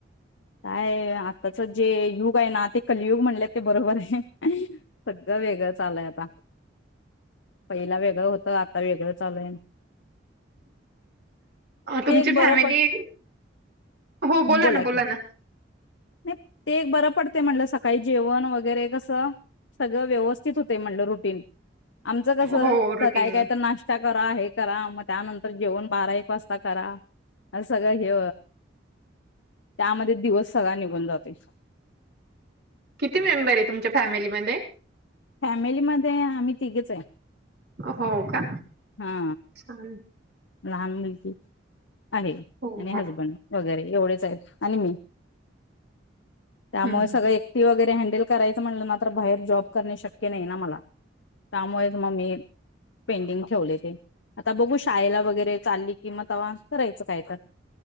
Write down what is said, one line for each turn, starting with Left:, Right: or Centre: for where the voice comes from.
Left: काय आताच जे युग आहे ना ते कलियुग म्हणले ते बरोबर आहे सगळं वेगळं चाललय आता पहिला वेगळं होतं आता वेगळं चालूय
Right: तुमची
Left: ते एक बरं
Right: फॅमिली
Left: पड
Right: हो
Left: बोला
Right: ना
Left: की
Right: ना
Left: नाही ते एक बरं पडते म्हणलं सकाळी जेवण वगैरे कसं सगळ व्यवस्थित होते म्हणलं रूट तीन आमचं कस
Right: हो रुटीन
Left: सकाळी काही तर नाश्ता करा हे करा मग त्यानंतर जेवण बारा एक पास्ता करा आणि सगळं हे त्यामध्ये दिवस सगळा निघून जातोय.
Right: किती मेंबर आहे तुमच्या फॅमिलीमध्ये
Left: फॅमिलीमध्ये आम्ही तिघेच आहे
Right: हो का
Left: हा.
Right: छान
Left: लहान आहे
Right: हो
Left: आणि
Right: हो.
Left: हजबंड वगैरे एवढेच आहेत आणि मी त्यामुळे
Right: हम्म हम्म.
Left: सगळ एकटी वगैरे हँडल करायच म्हणलं ना तर बाहेर जॉब करणं शक्य नाही ना मला त्यामुळेच मग मी पेंडिंग ठेवलय ते आता बघू शाळेला वगैरे चालली किंवा तवा करायचं काय तर